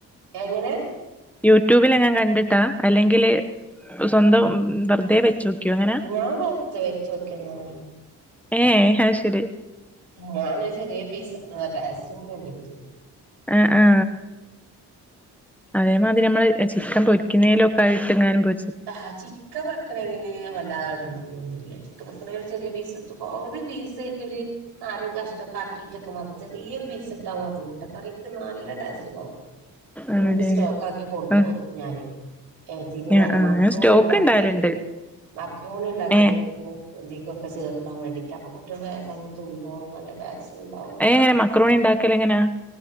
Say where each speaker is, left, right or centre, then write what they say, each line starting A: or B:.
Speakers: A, on the right; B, in the centre.
A: എങ്ങനെ
B: യൂട്യൂബിലെങ്ങാൻ കണ്ടിട്ടാ അല്ലെങ്കില് സ്വന്തം വെറുതെ വെച്ചോക്കിയോ അങ്ങനെ
A: ഞാൻ വെർതെ വെച്ചോക്ക്യതന്നെ
B: ഏ ഹാ ശരി
A: നാനൊരു ചെറ്യേ പീസ് ആഹ് ടേസ്റ്റിന് വേണ്ടിട്ട്
B: ആ ആ അതേമാതിരി നമ്മള് ചിക്കൻ പൊരിക്കുന്നേലൊക്കെ ആയിട്ട്ങ്ങാനും പൊ
A: ഹ ഹാ ചിക്കൻ വെക്കണെങ്കിനെ വല്ലാതെ ഇട്ണിണൊന്നില്ലട്ടോ <unintelligible> ചെറിയ പീസ്ട്ത്ക്കോ ഒരു പീസായിട്ടൊര് നാല് കഷ്ണൊക്കെ ആക്കിട്ടൊക്കെ മതി ചെറ്യേരു പീസ് ച്ട്ടാ മതി മുട്ട കറിക്ക് നല്ല ആസ്റ്റ്ണ്ടാവും ട്യൂബ്
B: ആണല്ലേ
A: സ്റ്റോക്ക് ആക്കി കൊട്ന്ന്
B: ആഹ്
A: വെക്കും ഞാന് <unintelligible>
B: ആഹ് ആഹ് ഞാൻ സ്റ്റോക്ക്
A: ണിണ്ടാക്ക്ണേക്കും
B: ഇണ്ടാവല്ണ്ട്
A: മക്രുണി ണ്ടാക്ക്ണേക്കും
B: ഏഹ്
A: തികൊക്കെ ചേർത്ത മതി വേണ്ടിട്ട്പ്പ കുട്ട്യേള് വേഗണ്ട് തിന്നോളും നല്ല ടേ സുണ്ടാവൊള്ളു
B: അതെങ്ങനെ മക്രോണി ഇണ്ടാക്കലെങ്ങനാ